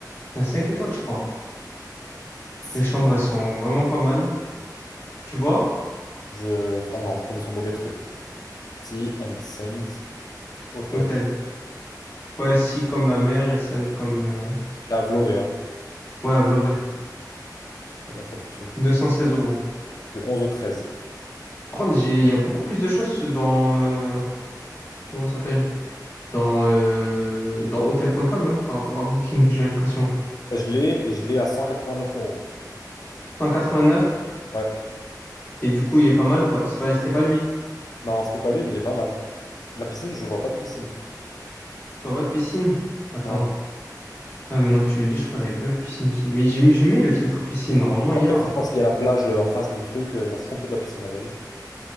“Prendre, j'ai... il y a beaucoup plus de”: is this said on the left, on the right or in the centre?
Left